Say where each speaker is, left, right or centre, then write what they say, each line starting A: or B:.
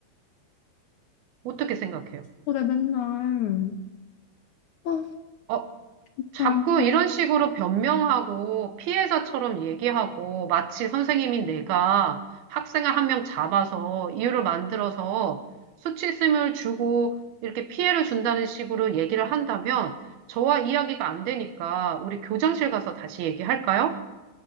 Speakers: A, on the right (about 80°); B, on the left (about 70°).
A: 어떻게 생각해요?
B: 그래 맨날. 아
A: 어,
B: 진짜
A: 자꾸 이런 식으로 변명하고 피해자처럼 얘기하고 마치 선생님인 내가 학생을 한 명 잡아서 이유를 만들어서 수치심을 주고 이렇게 피해를 준다는 식으로 얘기를 한다면 저와 이야기가 안 되니까 우리 교장실 가서 다시 얘기할까요?